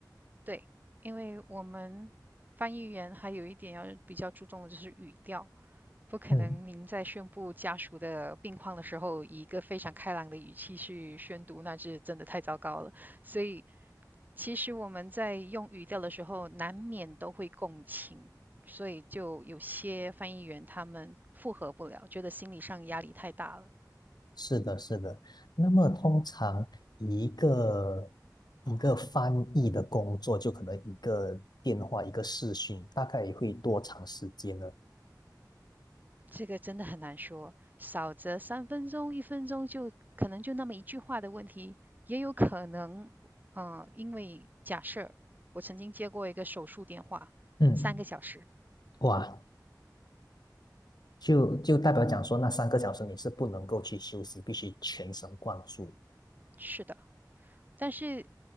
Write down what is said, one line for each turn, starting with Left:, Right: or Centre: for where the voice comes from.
Right: 对，因为我们翻译员还有一点要比较注重的就是语调。不可能，
Left: 嗯，
Right: 您在宣布家属的病况的时候，以一个非常开朗的语气去宣读，那是真的太糟糕了。所以，其实我们在用语调的时候，难免都会共情，所以就有些翻译员他们复合不了，觉得心理上压力太大了。
Left: 是的，是的。那么通常一个一个翻译的工作，就可能一个电话，一个视讯，大概会多长时间呢？
Right: 这个真的很难说，少则三分钟、一分钟就可能就那么一句话的问题，也有可能，嗯、呃因为假设我曾经接过一个手术电话，
Left: 嗯。
Right: 三个小时。
Left: 哇，就就代表讲说，那三个小时你是不能够去休息，必须全神贯注。
Right: 是的，但是